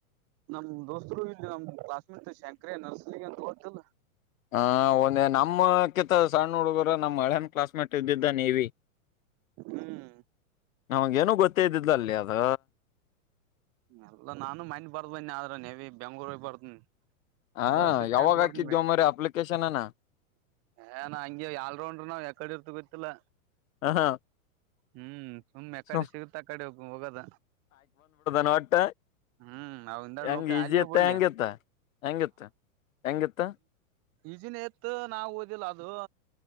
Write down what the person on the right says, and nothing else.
ನಮ್ ದೋಸ್ತರು ಇಲ್ಲಿ ನಮ್ ಕ್ಲಾಸ್ಮೇಟ್ ಶಂಕ್ರ್ಯ ನರ್ಸಲಿಂಗ ಅಂತ ಗೊತ್ತಿಲ್ಲ
ಹ್ಮ್
ಎಲ್ಲಾ ನಾನು ಮನ್ನೆ ಬರ್ದ ಬನ್ನಿ ಆದ್ರೆ ನೇವಿ ಬೆಂಗ್ಳೂರ್ ಹೋಗಿ ಬರ್ದನ್
ಅದು ಅಸಿಸ್ಟೆಂಟ್
ಬರ್
ಏ ಹ ಆಲ್ ರೌಂಡರ್ ನಾ ಕಡೆ ಇರ್ತ ಗೊತ್ತಲ್ಲ
ಹ್ಮ್ ಸುಮ್ಮನೆ ಕಡೆ
ಸಿಗುತ್ತಾ ಆಕಡೆೋಗ ಹೋಗದ
ಹ್ಮ್ ನಾವಿಂದ
ನೋಕ
ಅಲ್ಲಿ
ಬಿಡ್ಲಿ
ಈಜಿನ ಇತ್ ನಾವವು ಓದಿಲ್ಲ ಅದು